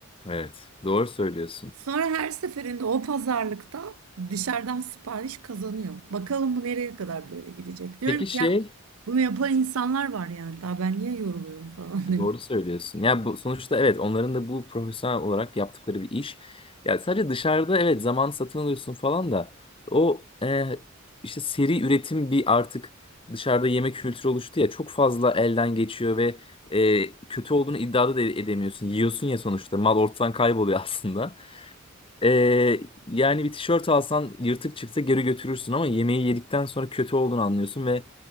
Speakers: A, on the left; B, on the right.
A: Evet doğru söylüyorsun.
B: Sonra her seferinde o pazarlıkta dışarıdan sipariş kazanıyor. Bakalım bu nereye kadar böyle gidecek. Diyorum
A: Peki
B: ki
A: şey
B: ya bunu yapan insanlar var yani. Daha ben niye yoruluyorum falan <laughs> diyorum.
A: E, Doğru söylüyorsun. Ya bu sonuçta evet onların da bu profesyonel olarak yaptıkları bir iş. Ya sadece dışarıda evet zaman satın alıyorsun falan da o e, işte seri üretim bir artık dışarıda yemek kültürü oluştu ya çok fazla elden geçiyor ve e, kötü olduğunu iddia da edemiyorsun. Yiyorsun ya sonuçta mal ortadan kayboluyor <laughs> aslında. Ee, yani bir tişört alsan yırtık çıksa geri götürürsün ama yemeği yedikten sonra kötü olduğunu anlıyorsun ve